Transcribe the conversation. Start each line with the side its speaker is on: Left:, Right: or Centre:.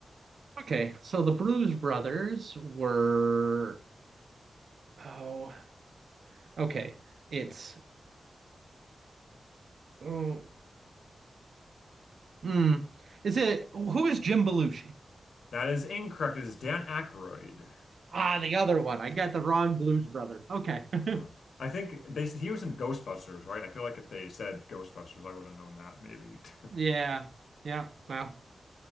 Right: Okay, so the Blues Brothers were oh okay. It's oh hmm. Is it who is Jim Belushi?
Left: That is incorrect. It is Dan Aykroyd.
Right: Ah, the other one. I got the wrong Blues Brother. Okay. <laughs>
Left: Oh. I think they he was in Ghostbusters, right? I feel like if they said Ghostbusters, I would have known that maybe. <laughs>
Right: Yeah. Yeah. Well.